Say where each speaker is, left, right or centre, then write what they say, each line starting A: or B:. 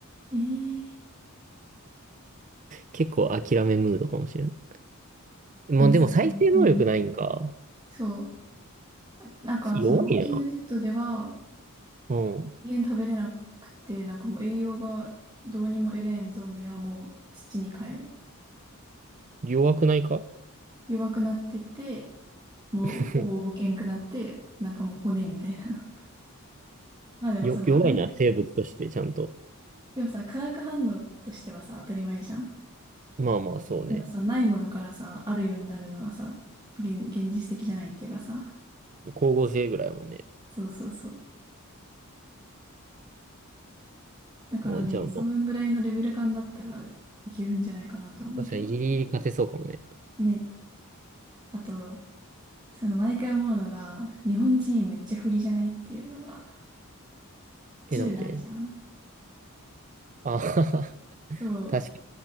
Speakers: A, on the right; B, on the right.
A: ええ
B: 結構諦めムードかもしれん。まあでも再生能力ないんか。
A: でもさ、うん。うんそう。なんかそのウォーキングデッドでは、
B: 弱いな。うん。
A: 人間食べれなくて、なんかもう栄養がどうにも得れんゾンビはもう土に帰る。
B: 弱くないか
A: 弱くなってて、もうほぼけんくなって、
B: <laughs>
A: なんかもう骨みたいな。<laughs> まあでもその、
B: よ、弱いな、
A: なんていうの。
B: 生物としてちゃんと。
A: でもさ、化学反応としてはさ、当たり前じゃん。
B: まあまあ、そうね。
A: でもさ、ないものからさ、あるようになるのはさ、現、現実的じゃないっていうかさ。
B: 光合成ぐらいやもんね。
A: そうそうそう。だからね、
B: あ、じゃあもう
A: そんぐらいのレベル感だったらいけるんじゃないかなって思うけど。
B: 確かにギリギリ勝てそうかもね。
A: ね。あと、その毎回思うのが、日本人めっちゃ不利じゃないっていうのが、
B: え、
A: 銃ないじゃん。
B: なんであ <laughs>
A: そう。
B: 確か